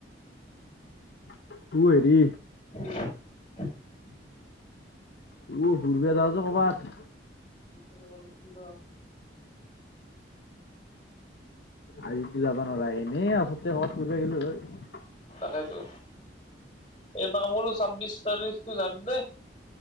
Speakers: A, on the left; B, on the left.
A: অ হেৰি
B: <inaudible>
A: উম ঘুৰবে যাওঁ য কবাত।
B: কিন্তু অলপ কিবা
A: আজিতো যাবা নৰা এ। এনেই অচৰতে কবাত ফুৰবা গেলো হয়।
B: তাকেইটো। এটা কাম কৰোঁ ছাব্বিছ তাৰিখটো যাক দে।